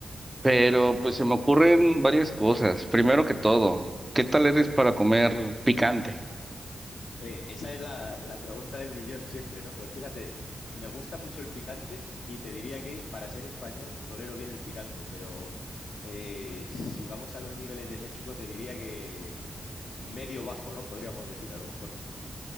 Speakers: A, on the right; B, on the left.
A: pero pues se me ocurren varias cosas. Primero que todo, ¿qué tal eres para comer picante?
B: Eh, esa es la, la pregunta del millón siempre, ¿no? Pues fíjate, me gusta mucho el picante y te diría que para ser español tolero bien el picante, pero eh, si vamos a los niveles de México te diría que eh, medio bajo, ¿no? Podríamos decir a lo mejor.